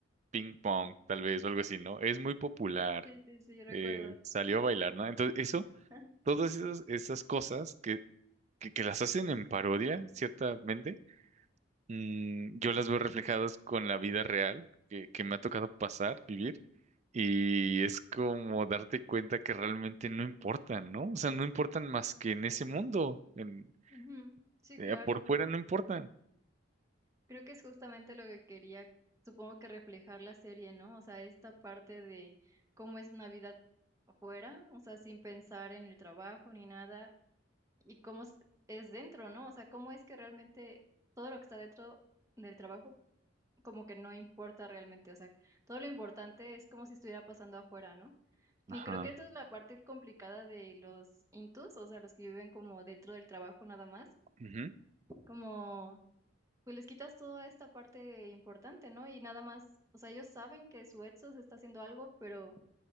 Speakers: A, on the right; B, on the right.
A: ping pong, tal vez, o algo así, ¿no? Es muy popular,
B: Sí, sí, sí, recuerdo.
A: eh, salió a bailar, ¿no? Entonces, eso
B: <laughs>
A: todas esas, esas cosas que, que, que las hacen en parodia, ciertamente, mm, yo las veo reflejadas con la vida real que, que me ha tocado pasar, vivir, y es como darte cuenta que realmente no importan, ¿no? O sea, no importan más que en ese mundo, en,
B: Ujú. Sí,
A: eh,
B: claro.
A: por fuera no importan.
B: Creo que es justamente lo que quería, supongo que reflejar la serie, ¿no? O sea, esta parte de cómo es una vida afuera, o sea, sin pensar en el trabajo ni nada, y cómo es es dentro, ¿no? O sea, cómo es que realmente todo lo que está dentro del trabajo como que no importa realmente, o sea, todo lo importante es como si estuviera pasando afuera, ¿no? Y
A: Ajá,
B: creo que esa es la parte complicada de los intus, o sea, los que viven como dentro del trabajo nada más,
A: ujú,
B: como pues les quitas toda esta parte importante, ¿no? Y nada más, o sea, ellos saben que su Edsos está haciendo algo, pero